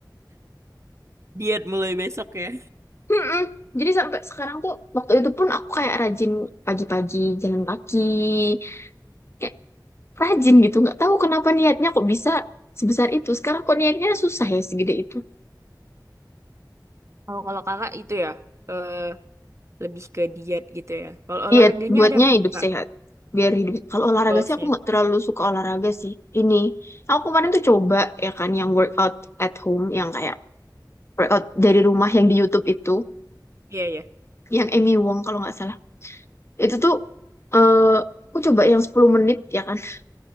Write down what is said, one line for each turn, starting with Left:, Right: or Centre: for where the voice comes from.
Right: Diet mulai besok ya.
Left: Mm-mm. Jadi sampai sekarang tuh waktu itu pun aku kayak rajin pagi-pagi jalan kaki kayak rajin gitu nggak tahu kenapa niatnya kok bisa sebesar itu sekarang kok niatnya susah ya segede itu
Right: Kalau kalau kakak itu ya eh, lebih ke diet gitu ya. Kalau olahraganya
Left: Iya, buatnya
Right: ada nggak
Left: hidup
Right: kak
Left: sehat. Biar hidup. Kalau olahraga
Right: goalsnya?
Left: sih aku nggak terlalu suka olahraga sih. Ini, aku kemarin tuh coba ya kan yang workout at home, yang kayak workout dari rumah yang di YouTube itu,
Right: Iya ya.
Left: yang Amy Wong kalau nggak salah. Itu tuh eh aku coba yang 10 menit ya kan. <laughs>